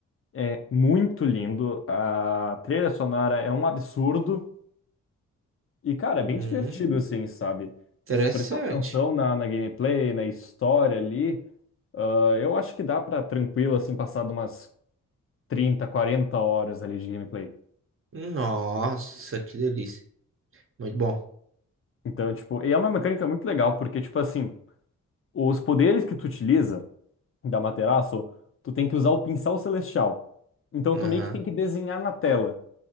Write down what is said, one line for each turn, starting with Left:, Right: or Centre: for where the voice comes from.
Left: É muito lindo, a trilha sonora é um absurdo e, cara,
Right: Hum,
Left: é bem divertido assim, sabe?
Right: interessante.
Left: Se tu prestar atenção na, na gameplay, na história ali, ah, eu acho que dá pra tranquilo assim passar de umas 30, 40 horas ali de gameplay.
Right: Nossa, que delícia. Muito bom.
Left: Então, tipo, e é uma mecânica muito legal, porque, tipo assim, os poderes que tu utiliza da Materaço, tu tem que usar o pincel celestial. Então,
Right: Aham.
Left: tu meio que tem que desenhar na tela